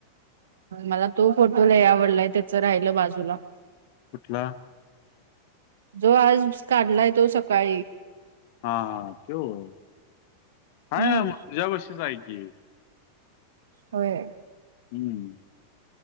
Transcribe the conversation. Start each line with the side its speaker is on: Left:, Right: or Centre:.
Right: मला तो फोटो लय आवडलाय त्याचं राहिलं बाजूला
Left: कुठला
Right: जो आज काढलाय तो सकाळी
Left: हा हा. तो होय आहे
Right: हम्म
Left: की मग तुझ्यापशीच आहे की
Right: होय
Left: हम्म.